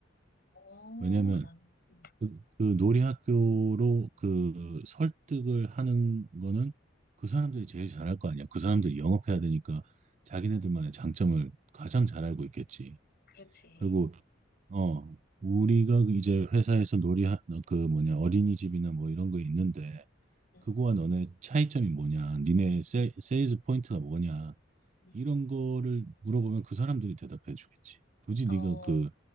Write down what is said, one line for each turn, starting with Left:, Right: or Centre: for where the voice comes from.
Left: 어,
Right: 왜냐면
Left: 남, 음,
Right: 그, 그 놀이 학교로 그 설득을 하는 거는 그 사람들이 제일 잘할 거 아니야. 그 사람들이 영업해야 되니까 자기네들만의 장점을 가장 잘 알고 있겠지.
Left: 그렇지.
Right: 그리고 어 우리가 그 이제 회사에서 놀이 그 뭐냐 어린이집이나 뭐 이런 거 있는데
Left: 응,
Right: 그거와 너네 차이점이 뭐냐 니네 세, 세일즈 포인트가 뭐냐
Left: 응.
Right: 이런 거를 물어보면 그 사람들이 대답해 주겠지 굳이
Left: 어,
Right: 네가 그